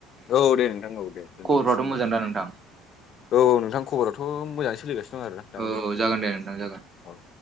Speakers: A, on the left; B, on the right.
A: औ दे नोंथां औ दे दोन्थ'लायसै
B: खबरफ्राथ'
A: होमबा।
B: मोजां दा नोंथां?
A: औ नोंथां खबरावथ' मोजाङै सोलिगासिनो दं आरोना दामानि
B: औ जागोन दे नोंथां जागोन।
A: औ